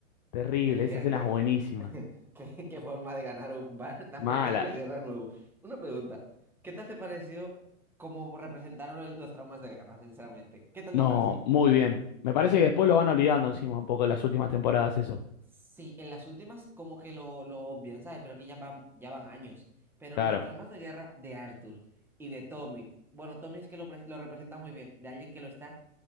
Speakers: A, on the left; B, in the centre.
A: Terrible,
B: El
A: esa
B: diantre.
A: escena es buenísima.
B: <laughs> ¿Qué, qué forma de ganar un bar? <laughs> Tan,
A: Mala.
B: pe- tan en la guerra de nuevo. Una pregunta. ¿Qué tal te pareció cómo representaron los traumas de guerra, sinceramente? ¿Qué tal
A: No,
B: te pareció?
A: muy bien. Me parece que después lo van olvidando encima un poco en las últimas temporadas eso.
B: Sí, en las últimas como que lo, lo obvian, ¿sabes? Pero que ya van, ya van años. Pero
A: Claro.
B: los traumas de guerra de Arthur y de Tommy, bueno, Tommy es que lo, pre- lo representa muy bien, de alguien que lo está